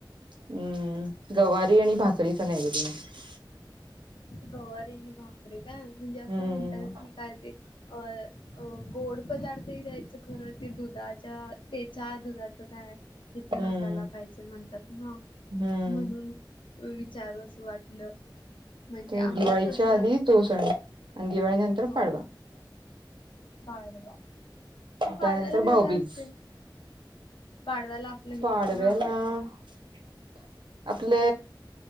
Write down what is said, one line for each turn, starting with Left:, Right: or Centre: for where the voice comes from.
Right: अम्म गवारी आणि भाकरीच नैवेद्य असतं.
Left: गवारी आणि भाकरी काय म्हणजे असं
Right: हम्म
Left: म्हणतात की काय ते अ अ गोड पदार्थही द्यायचं खरं ते दुधाच्या त्याच्या ते चहा दुधाचं काय? <inaudible>
Right: हम्म
Left: नसायला पाहिजे म्हणतात ना
Right: हम्म
Left: म्हणून विचारू असं वाटलं. म्हणजे
Right: ते
Left: आमच्यात
Right: दिवाळीच्या
Left: कसं
Right: आधी तो सण आणि दिवाळी नंतर
Left: हो
Right: पाडवा.
Left: पाडवा, मग पाडव्याला
Right: त्यानंतर
Left: काय
Right: भाऊबीज
Left: काय असते? पाडव्याला नाहीच
Right: पाडव्याला
Left: ना
Right: <inaudible> आपले,